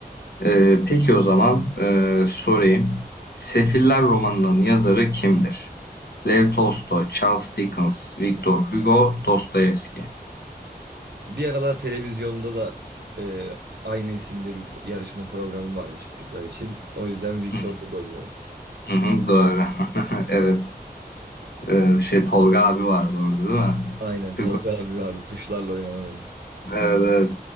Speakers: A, on the left; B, on the right.
A: Ee, peki o zaman ee, sorayım. Sefiller romanının yazarı kimdir? Lev Tolstoy, Charles Dickens, Victor Hugo, Dostoyevski.
B: Bir aralar televizyonda da e, aynı isimde bir pro- yarışma programı vardı çocuklar için. O yüzden Victor
A: Hı
B: Hugo diyorum.
A: hı, hı, doğru. <laughs> Evet. ee, şey Tolga abi vardı orada değil mi?
B: Aynen
A: Hugo.
B: Tolga abi vardı tuşlarla oynanan oyun.
A: Evet evet.